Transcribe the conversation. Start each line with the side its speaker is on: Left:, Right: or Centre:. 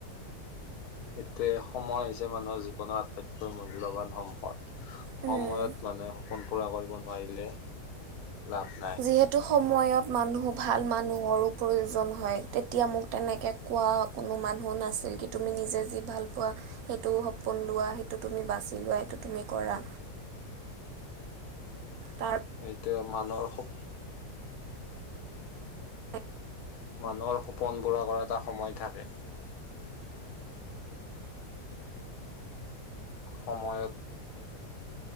Left: সেইটোয়ে সময় হৈছে মানুহৰ জীৱনৰ আটাইতকৈ মূল্যৱান সম্পদ।
Right: মই।
Left: সময়ত মানে সপোন পুৰা কৰিব নোৱাৰিলে লাভ নাই
Right: যিহেতু সময়ত মানুহ ভাল মানুহৰো প্ৰয়োজন হয় তেতিয়া মোক। তেনেকে কোৱা কোনো মানুহ নাছিল কি তুমি নিজে যি ভাল পোৱা সেইটো সপোন লোৱা সেইটো তুমি বাচি লোৱা সেইটো তুমি কৰা। তাৰ
Left: সেইটো মানুহৰ
Right: কাৰণে
Left: মানুহৰ সপোন পোৰা কৰা এটা সময় থাকে। সময়ত।